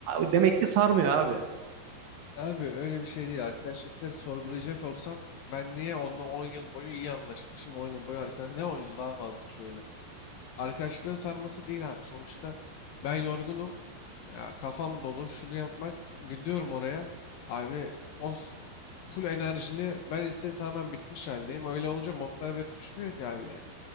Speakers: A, on the right (about 65°); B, on the left (about 75°).
A: demek ki sarmıyor abi.
B: Abi öyle bir şey değil. Arkadaşlıkları sorgulayacak olsam ben niye onunla 10 yıl boyu iyi anlaşmışım? on yıl boyu arkadaş ne 10 yıl daha fazla şöyle. Arkadaşlıkların sarması değil abi. Sonuçta ben yorgunum. Ya kafam dolu. Şunu yapmak gidiyorum oraya. Abi o s- full enerjili. Ben ise tamamen bitmiş haldeyim. Öyle olunca modlar bile tutuşmuyor ki abi yani.